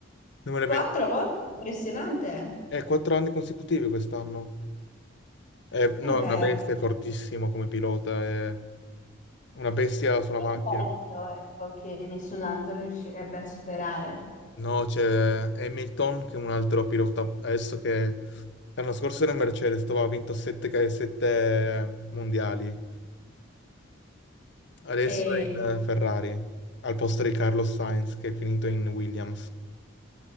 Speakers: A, on the left; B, on the left.
A: 2020,
B: Quattro volte? Impressionante. Eh
A: eh, quattro anni consecutivi quest'anno. È- no,
B: Eh,
A: è
B: beh,
A: una bestia,
B: ma-
A: è fortissimo come pilota, è una bestia sulla
B: È
A: macchina.
B: un po' l'audio, ecco, che nessun altro riuscirebbe a superare.
A: No, c'è Hamilton che è un altro pilota, adesso che l'anno scorso era in Mercedes, dove ha vinto 7 mondiali, adesso
B: e
A: è in eh, Ferrari, al posto di Carlos Sainz che è finito in Williams.